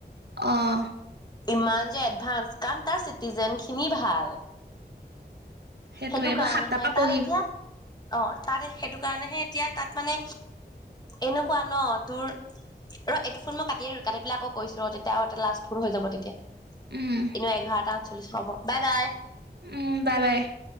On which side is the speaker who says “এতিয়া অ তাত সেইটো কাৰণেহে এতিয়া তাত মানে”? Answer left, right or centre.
Left